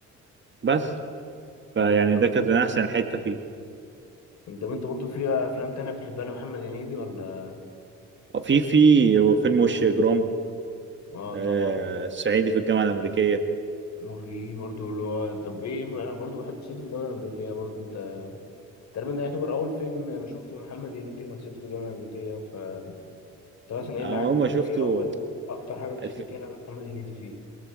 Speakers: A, on the right (about 40°); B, on the left (about 65°).
A: بس فيعني
B: أمم، طب
A: ده كانت من احسن الحته فيه
B: انت انت برضه في افلام تانية بتحبها لمحمد هنيدي ولا
A: آه، في في فيلم وش اجرام
B: اه
A: آه
B: طبعا
A: صعيدي في الجامعه الامريكيه
B: وفي برضه اللي هو طب ايه بقى برضه بحب صعيدي في الجامعة الأمريكية برضه انت تقريبا ده يعتبر أول فيلم أنا شفته محمد هنيدي كان صعيدي في الجامعة الأمريكية ف انت مثلا ايه
A: انا
B: اللي عجبك
A: اول ما شفته
B: فيه أو أكتر حاجة بتفتكرها
A: الف-
B: لمحمد هنيدي فيه؟